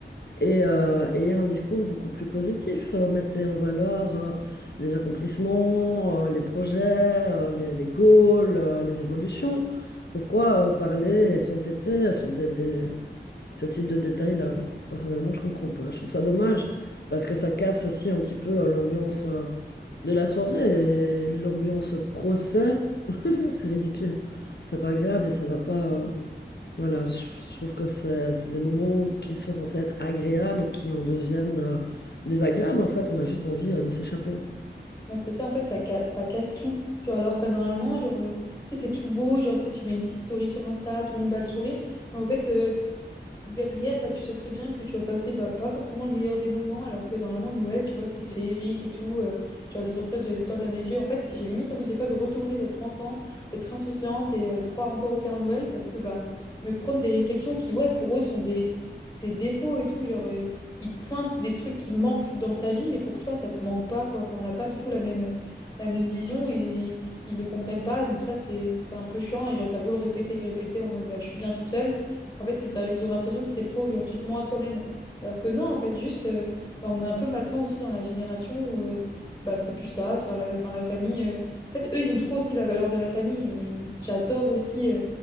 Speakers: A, on the left; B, on the left.
A: et, euh, et un discours beaucoup plus positif, euh, mettait en valeur euh, les accomplissements, euh, les projets, euh, les, les goals, euh, les évolutions. Pourquoi euh, parler et s'entêter sur des, des- ce type de détails-là? Personnellement, je comprends pas. Je trouve ça dommage parce que ça casse aussi un petit peu euh, l'ambiance euh, de la soirée et l'ambiance procès, <laughs> c'est ridicule. C'est pas agréable et ça va pas. euh, voilà, je je trouve que c'est c'est des moments qui sont censés être agréables et qui en deviennent euh, désagréables. En fait, on a juste envie euh, de s'échapper.
B: Bah, c'est ça, en fait, ça, ca- ça casse tout. Genre, alors que normalement, genre, euh, tu sais, c'est tout beau, genre, tu sais, tu mets une petite story sur Insta, tout le monde a le sourire. Mais en fait, euh, derrière, bah, tu sais très bien que tu vas passer bah, pas forcément le meilleur des moments, alors que normalement, Noël, tu vois, c'est féerique et tout. euh, genre, les enfants, ils ont les étoiles dans les yeux. En fait, j'ai limite envie des fois de retourner, d'être enfant, d'être insouciante et euh, de croire encore au Père Noël parce que, bah, me prendre des réflexions qui, ouais, pour eux, sont des, des défauts et tout. Genre, euh, ils te pointent des trucs qui manquent dans ta vie, mais pour toi, ça te manque pas, quoi. Enfin, on n'a pas du tout la même, la même vision et ils le comprennent pas. Donc, ça, c'est, c'est un peu chiant. Et genre, t'as beau le répéter, le répéter en mode, bah, je suis bien toute seule. En fait, ils, a- ils ont l'impression que c'est faux, genre tu te mens à toi-même. Alors que non, en fait, juste, euh, bah, on est un peu maintenant aussi dans la génération où euh, bah, c'est plus ça, de faire la, enfin, la famille. euh, En fait, eux, ils ont trop aussi la valeur de la famille. et J'adore aussi, euh,